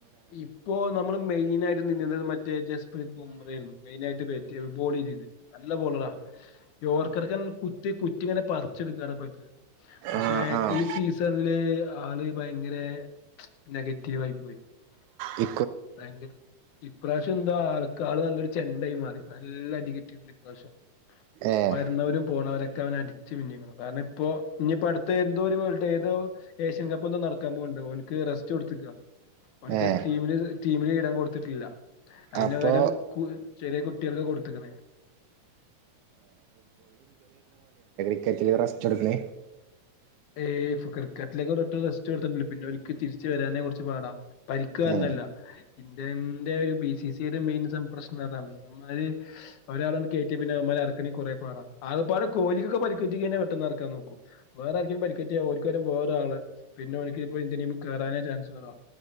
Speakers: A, on the left; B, on the right.
A: ഇപ്പോ നമ്മള് മെയ്‌നായി നിന്നിന്നത് മറ്റേ ജസ്പ്രീത് ഉംറായിരുന്നു മെയിനായിട്ട് ബേറ്റയ്‌തത് ബോളിലി നല്ല ബോളടാ ഇ ഓർക്കടക്കൻ കുറ്റി കുറ്റിങ്ങനെ പറിച്ചെടുക്കട പ പക്ഷെ
B: ആഹ് ആഹ്
A: ഈ സീസണില് ആള് ഭയങ്കരെ നെഗറ്റീവായി പോയ്‌
B: ഇ
A: <unintelligible> പ്രാശ്യം ന്താ കാള് നല്ലൊരു ചെണ്ടയി മാറി നല്ല <unintelligible>
B: ഏഹ്
A: വരുന്നവരും പോണവരൊക്കെ അവനെ അടി ച്മിന്നിക്ണൊ കാരണം ഇപ്പോ ഇനിപ്പോ അട്ത്ത എന്തോ ഒരു വേൾ ഏതോ ഏഷ്യൻ കപ്പന്തോ നടക്കാൻ പോണ്ട് ഓൽക്ക് റെസ്റ്റ് കൊടുത്തക്ക പണിക്ക്
B: ഏഹ്
A: തീമിന് ടീമില് ഇടം കൊടുത്തിട്ടില്ല അതിന്റ
B: അപ്പൊ
A: പകരം ചെറിയ കുട്ടികൾക്ക് കൊടുത്തക്കണേ
B: <unintelligible> റസ്റ്റ്ടുക്കണ
A: ഏയ് ക്രിക്കറ്റിലേക്ക് ഒ ഒരു റിട്ടേൺ ടെസ്റ്റ് കൊടുത്തിട്ടുണ്ട് പിന്നെ ഒരിക്കെ തിരിച്ചുവരാനെ കുറച്ച് പാടാ പരിക്കു കാരണമല്ല
B: ഏഹ്
A: ഇന്ത്യന്റെ ബി സി സിയുടെ മെയിൻ പ്രശ്നം അതാണ് അവൻമ്മാര് ഒരാളെ അങ്ങ് കേറ്റിയാൽ പിന്നെ അവൻമ്മാര് ഇറക്കണെ കുറേ പാടാ ആകപ്പാടെ കോലിക്കൊക്കെ പരിക്കുപറ്റി കഴിഞ്ഞാ പെട്ടെന്ന് ഇറക്കാൻ നോക്കും വേറെ പരിക്കു പറ്റിയാൽ ഓല് പിന്നെ ബോറ് ആണ് പിന്നെ ഓലക്ക് ഇന്ത്യ ടീം കയറാനേ ചാൻസകുറവാ